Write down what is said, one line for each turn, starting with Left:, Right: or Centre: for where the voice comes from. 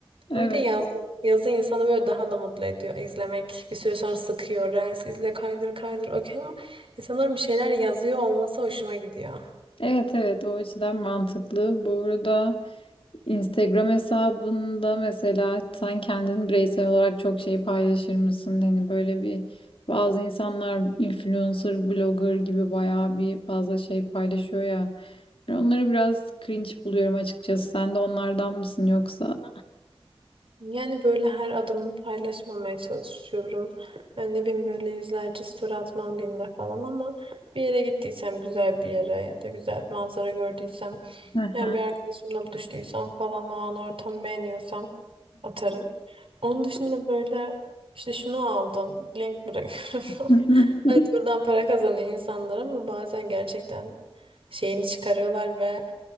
Left: Evet.
Right: Bir de yazı, yazı insanı böyle daha da mutlu ediyor. İzlemek bir süre sonra sıkıyor. Reels izle kaydır kaydır okey ama insanların bir şeyler yazıyor olması hoşuma gidiyor.
Left: Evet evet o açıdan mantıklı. Bu arada Instagram hesabında mesela sen kendin bireysel olarak çok şey paylaşır mısın? Hani böyle bir bazı insanlar influencer, blogger gibi bayağı bir fazla şey paylaşıyor ya. Ben onları biraz cringe buluyorum açıkçası. Sen de onlardan mısın yoksa?
Right: Yani böyle her adımı paylaşmamaya çalışıyorum. Yani ne bileyim böyle yüzlerce story atmam günde falan ama bir yere gittiysem güzel bir yere ya da güzel bir manzara gördüysem
Left: Hı
Right: yani
Left: hı.
Right: bir arkadaşımla buluştuysam falan o an ortamı beğeniyorsam atarım. Onun dışında böyle işte şunu aldım. Link bırakıyorum.
Left: Hı
Right: <laughs> Evet buradan para kazanıyor insanlar ama bazen gerçekten şeyini çıkarıyorlar ve